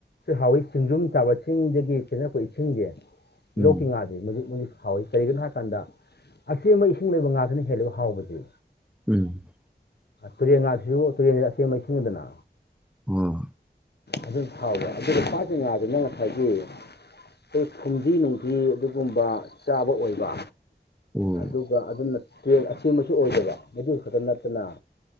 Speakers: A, on the left (about 65°); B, in the centre.
A: ꯍꯥꯎꯋꯤ ꯆꯤꯡꯖꯨꯝ ꯆꯥꯕ ꯆꯤꯡꯗꯒꯤ ꯆꯦꯟꯊꯔꯛꯄ ꯏꯁꯤꯡꯁꯦ
B: ꯎꯝ
A: ꯂꯧꯀꯤ ꯉꯗꯤ ꯍꯥꯎꯏ ꯀꯔꯤꯒꯤꯅꯣ ꯍꯥꯏ ꯀꯥꯟꯗ ꯑꯆꯦꯟꯕ ꯏꯁꯤꯡ ꯂꯩꯕ ꯉꯥꯁꯤꯅ ꯍꯦꯜꯂꯕ ꯍꯥꯎꯕꯁꯦ
B: ꯎꯝ
A: ꯇꯨꯔꯦꯟ ꯉꯥꯁꯤꯁꯨ ꯇꯨꯔꯦꯟꯁꯤ ꯑꯆꯦꯟꯕ ꯏꯁꯤꯡꯗꯅ
B: ꯑꯥ
A: ꯑꯗꯨꯝ ꯍꯥꯎꯕ ꯑꯗꯨꯒ ꯄꯥꯀꯤ ꯉꯥꯁꯤꯅ ꯉꯁꯥꯏꯒꯤ ꯑꯩꯈꯣꯏ ꯐꯨꯝꯗꯤ ꯅꯨꯡꯗꯤ ꯑꯗꯨꯒꯨꯝꯕ ꯆꯥꯕ ꯑꯣꯏꯕ
B: ꯑꯣ
A: ꯑꯗꯨꯒ ꯑꯗꯨꯅ ꯇꯨꯔꯦꯟ ꯑꯆꯦꯟꯕꯁꯨ ꯑꯣꯏꯗꯕ ꯑꯗꯨ ꯈꯛꯇ ꯅꯠꯇꯅ